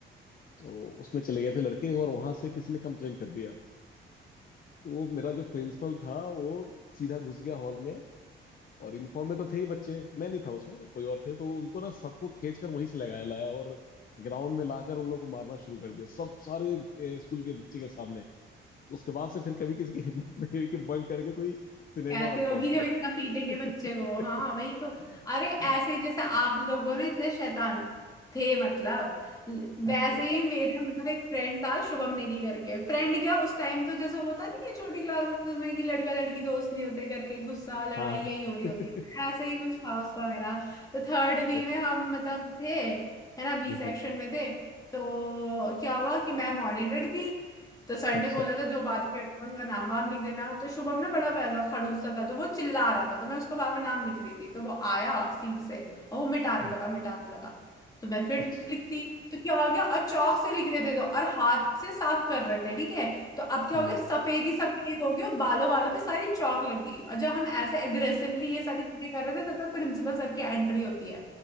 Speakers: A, on the left; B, on the left.
A: तो उसमें चले गए थे लड़के और वहां से किसी ने कंप्लेन कर दिया वो मेरा जो प्रिंसिपल था वो सीधा घुस गया हॉल में और यूनिफॉर्म में तो थे ही बच्चे मैं नहीं था उसमें कोई और थे तो उनको ना सबको खींच कर वहीं से लगाया लाया और ग्राउंड में लाकर उन लोगों को मारना शुरू कर दिया सब सारे ए, स्कूल के बच्चे के सामने उसके बाद से फिर कभी किसी की हिम्मत नहीं हुई कि बंक करके कोई सिनेमा
B: कैसे
A: हॉल
B: होगी
A: पहुंचे
B: जब इतना पीटेंगे
A: <laughs>
B: बच्चे को हाँ वही तो अरे
A: हाँ
B: ऐसे ही जैसे आप लोगों ने इतने शैतान थे मतलब ल-
A: हाँ
B: वैसे ही मेरे मतलब एक फ्रेंड था शुभम नेगी करके फ्रेंड क्या उस टाइम तो जैसे होता नहीं है छोटी क्लासेस में कि लड़का लड़की दोस्त नहीं होते करके गुस्सा लड़ाई
A: हाँ।
B: यही हो रही
A: <laughs>
B: होती है ऐसे ही कुछ था उसका मेरा तो थर्ड बी
A: अच्छा
B: में हम मतलब थे है ना बी
A: हम्म,
B: सेक्शन में थे तो क्या हुआ कि मैं मॉनिटर थी तो सर
A: अच्छा
B: ने बोला था जो बात कर रहा था उसका नाम वाम लिख देना तो शुभम ना बड़ा वैसा खड़ूसा था तो वो चिल्ला रहा था तो मैं उसका बाबा नाम लिख रही थी तो वो आया सीट से और वो मिटाने
A: हाँ,
B: लगा मिटाने लगा तो मैं फिर
A: अच्छा
B: लिखती तो क्या हो गया और चौक से लिख रहे थे तो और हाथ से साफ कर रहे थे ठीक है तो अब क्या
A: हाँ,
B: हो गया सफेद ही सफेद हो गया बालों वालों पे सारी चौक लग गई और जब हम ऐसे एग्रेसिवली ये सारी चीजें कर रहे थे तब तक प्रिंसिपल सर की एंट्री होती है